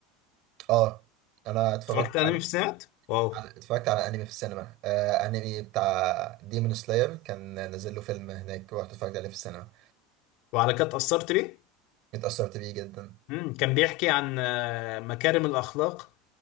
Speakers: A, on the right (about 55°); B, on the left (about 55°).
A: اه انا اتفرجت
B: اتفرجت انمي
A: على
B: في السينمات واو
A: على- اتفرجت على انمي في السينما آه انمي بتاع ديمون سلاير كان نازل له فيلم هناك ورحت اتفرجت عليه في السينما
B: وعلى كده اتأثرت ليه
A: اتأثرت بيه جدا
B: امم كان بيحكي عن آه، مكارم الاخلاق